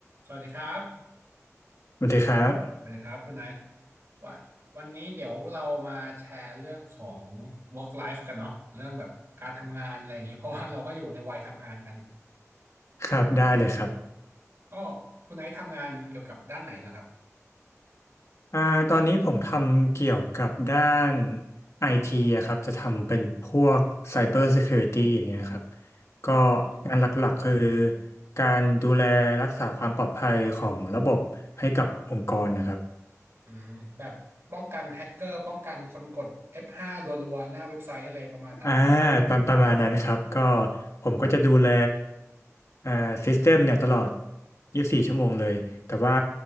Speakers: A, on the right (about 55°); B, on the left (about 60°).
A: สวัสดีครับ
B: สวัสดีครับ
A: สวัสดีครับคุณไนายว่าวันนี้เดี๋ยวเรามาแชร์เรื่องของ work life กันเนาะเรื่องแบบการทำงานอะไรอย่างนี้เพราะว่าเราก็อยู่ในวัยทำงานกัน
B: ครับได้เลยครับ
A: ก็คุณไนายทำงานเกี่ยวกับด้านไหนล่ะครับ
B: อ่าตอนนี้ผมทำเกี่ยวกับด้านไอทีอะครับจะทำเป็นพวก Cyber Security อย่างเงี้ยครับ ก็
A: อืม
B: งานหลักๆคือการดูแลรักษาความปลอดภัยของระบบให้กับองค์กรนะครับ
A: อืมแบบป้องกันแฮกเกอร์ป้องกันคนกด F5 รัวๆหน้าเว็บไซต์อะไรประมาณนั้นเหรอ
B: อ่าประประมาณนั้นครับก็ผมก็จะดูแลอ่าซิสเต็มเนี่ยตลอด24ชั่วโมงเลยแต่ว่า